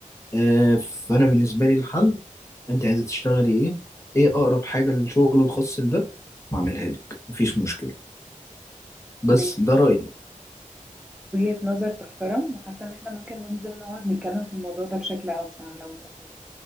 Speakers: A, on the left; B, in the centre.
A: آه، فانا بالنسبه لي الحل انت عايزه تشتغلي ايه ايه اقرب حاجه للشغل الخاص ده واعملها لك مفيش مشكله بس
B: ماشي
A: ده رايي
B: وجهة نظر تحترم وحاسة ان احنا ممكن ننزل نقعد نتكلم في الموضوع ده بشكل اوسع لو انت فاضي